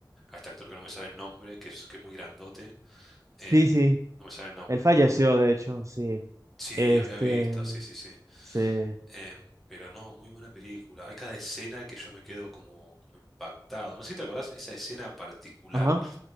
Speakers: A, in the centre; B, on the right.
A: este actor que no me sale el nombre, que es, que es muy grandote.
B: Sí,
A: eh,
B: sí,
A: no me sale el nombre.
B: él falleció, de hecho, sí.
A: Sí,
B: Este,
A: había visto, sí, sí, sí.
B: sí.
A: Eh, pero no, muy buena película. Hay cada escena que yo me quedo como, como impactado. No sé si te acordás esa escena particular
B: Ajá,